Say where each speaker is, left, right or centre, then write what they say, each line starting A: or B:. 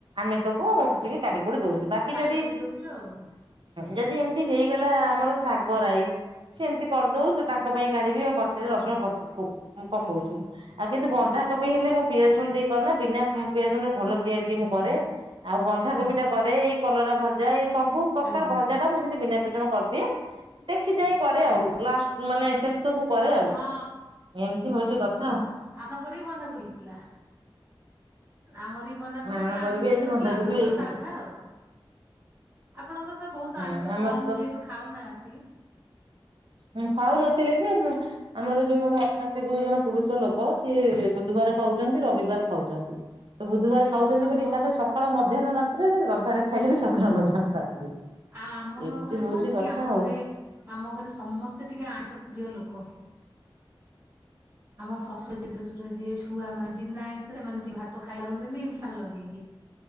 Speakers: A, on the right; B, on the right.
A: ଆମେ ସବୁ ଟିକେ ଦଉଛୁ ବାକି
B: କାଢି
A: ଯଦି
B: କୁଢି ଦଉଛୁ ଆଉ
A: ଯଦି ଏ ହେଇଗଲା ଆମର ଶାଗରଈ ସେମିତି କରିଦଉ ଯୋଉ ତାଙ୍କ ପାଇଁ କାଢିକି ପଛରେ ରସୁଣ ପକଉଛୁ
B: ଆଜ୍ଞା
A: ଆଉ କିନ୍ତୁ ବନ୍ଧାକୋବି ହେଲେ ମୁଁ ପିଆଜ ରସୁଣ ଦେଇକିନା ବିନା ପିଆଜ ରସୁଣ ଭଲ ତିଆରି ମୁଁ କରେ ଆଉ ବନ୍ଧାକୋବି
B: ଆଜ୍ଞା
A: ଟା କରେ ଏଇ କଲରା ଭଜା ଏଇ ସବୁ ପ୍ରକାର
B: ଆଜ୍ଞା
A: ଭଜା
B: ଆଜ୍ଞା
A: ମୁଁ ସେ ବିନା ଜଣ କରିଦିଏ ଦେଖି ଯାଇଁ କରେ ଆଉ
B: ଆଚ୍ଛା
A: ଲାଷ୍ଟ ମାନେ ସବୁ କରେ ଆଉ
B: ହଁ
A: ଏମିତି ହଉଛି କଥା ଆଉ।
B: ଆପଣଙ୍କର ବି ବନ୍ଧାକୁ ହେଇଥିଲା ଆମର ବନ୍ଧାକୋବି
A: ହଁ ଆମର
B: ଆଇଁଷ
A: ବି ଆଜି
B: ପଡିଥିଲା
A: ବନ୍ଧାକୋବି
B: ଆପଣଙ୍କର
A: ହେଇଥିଲା।
B: ସାଧା ଆଉ। ଆପଣଙ୍କର ତ ବହୁତ
A: ହୁଁ
B: ଆଇଁଷ
A: ଆମର
B: କମ ଯେହେତୁ ଖାଉନାହାନ୍ତି?
A: ହଁ ଖାଉନଥିଲେ ବି ଆମ ଆମର ଯୋଉମାନେ ଅଛନ୍ତି ଦୁଇ ଜଣ ପୁରୁଷ ଲୋକ ଲୋକ ସିଏ ବୁଧବାର ଖାଉଛନ୍ତି ରବିବାର ଖାଉଛନ୍ତି ତ ବୁଧବାର ଖାଉଛନ୍ତି
B: ଆମ
A: ବୋଲି ଏକା ତ ସକାଳ ମଧ୍ୟାହ୍ନ ରାତିରେ ରବିବାରେ ଖାଇଲେବି ସକାଳ ମଧ୍ୟାହ୍ନ ରାତିରେ।
B: ଆ ଆମର
A: ଏମିତି
B: ଘରେ
A: ହଉଛି
B: କଣ
A: କଥା
B: କି ଆମ
A: ଆଉ।
B: ଘରେ ଆମ ଘରେ ସମ ତେ ଟିକେ ଆଇଁଷ ପ୍ରିୟ ଲୋକ। ଆମ ଶଶୁର ଯି ଦୁଶୁରର ଯିଏ ଛୁଆ ମ ବି ନାଇର ଏମାନେ ତ ଖାଇପାରନ୍ତିନି ନିମଷା ଲଗେଇକି